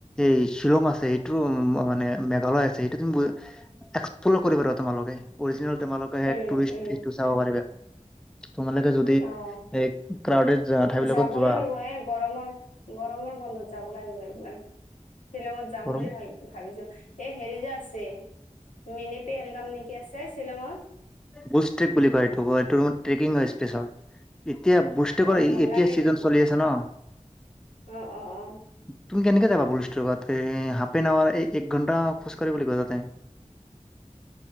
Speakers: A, in the centre; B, on the left (about 75°).
A: এই শ্বিলং আছে এইটো উম মানে মেঘালয় আছে এইটো তুমি এক্সপ্লৰ কৰিবা আৰু তোমালোকে অৰ্জিনাল তোমালোকে
B: উম
A: সেই টুৰিষ্ট
B: উম
A: ইটো চাব পাৰিবা। তোমালোকে যদি
B: অ',
A: এই ক্ৰাউডেড ঠাইবিলাকত
B: যাব
A: যোৱা
B: লাগিব এ গৰমৰ গৰমৰ বন্ধত যাম। লাগিব লাগিব শ্বিলঙত যাম
A: গৰম
B: বুলি ভা ভাবিছো এই হেৰি যে আছে মিনিপেহেলগাম নে কি আছে শ্বিলঙত।
A: বুষ্ট ট্ৰেক বুলি কয় এইটো এইটো ট্ৰেকিং স্পেচ হয়। এতিয়া বুষ্টেকৰ
B: অ' ভাল
A: এতিয়া
B: লাগে
A: চিজন
B: দেখোন
A: চলি আছে ন।
B: অ, অ, অ।
A: তুমি কেনেকৈ যাবা বুল ষ্ট্ৰেকত এই হাফ এন আৱাৰ এই এক ঘণ্টা খোজকাঢ়িব লাগিব তাতে।